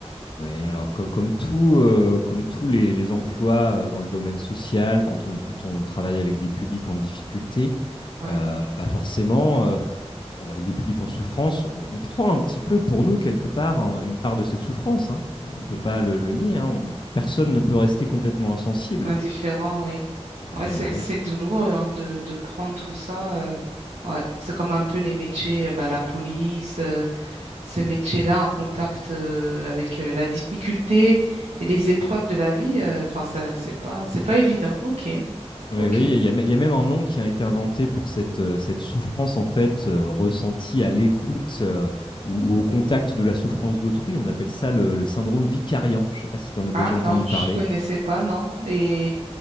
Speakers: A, on the left (about 45°); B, on the right (about 85°).
A: Oui, alors co- comme tout, euh, comme tous les, les emplois euh, dans le domaine social, quand on, quand on travaille avec des publics en difficulté,
B: Ouais.
A: euh, bah forcément, euh, on, avec des publics en souffrance, on, on prend un petit peu pour nous quelque part hein, une part de cette souffrance. hein. On ne
B: Mm.
A: peut pas le, le nier. hein. On- personne ne peut rester complètement insensible.
B: Indifférent, oui.
A: Oui,
B: Ouais, c'est,
A: oui, oui.
B: c'est douloureux hein, de, de prendre tout ça. euh, ouais. C'est comme un peu les métiers, euh, bah, la police. euh, ce métier-là en contact euh, avec euh, la difficulté et les épreuves de la vie, euh, enfin ça c'est pas c'est pas évident. Ok,
A: Oui,
B: ok.
A: oui, il y a, il y a même un nom qui a été inventé pour cette, euh, cette souffrance en fait euh, ressentie à l'écoute euh, ou, ou au contact de la souffrance d'autrui. On appelle ça le, le syndrome vicariant. Je ne sais pas si tu en as déjà
B: Ah
A: entendu
B: non, je
A: parler.
B: connaissais pas, non. Et,